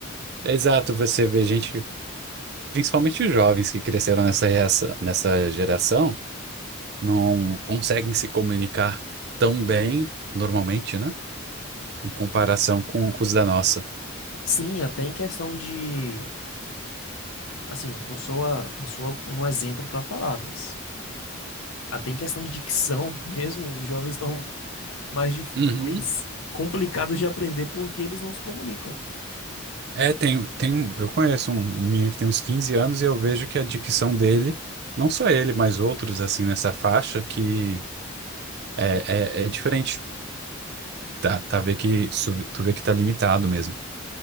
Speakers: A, on the right; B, on the left.
A: É Exato, você vê gente, que- principalmente os jovens que cresceram nessa, essa- nessa geração. não conseguem se comunicar tão bem, normalmente, né? Em comparação com, com os da nossa.
B: Sim, até em questão de, assim, não sou, a- não sou um exemplo para falar, mas até em questão de dicção <laughs> mesmo, os jovens estão mais, dif-
A: Uhum.
B: mais complicadas de aprender porque eles não se comunicam.
A: É, tem, tem um, eu conheço um um menino que tem uns 15 anos e eu vejo que a dicção dele, não só ele, mas outros, assim, nessa faixa, que é, é, é diferente. Tá, tá vê que, su- tu vê que tá limitado mesmo.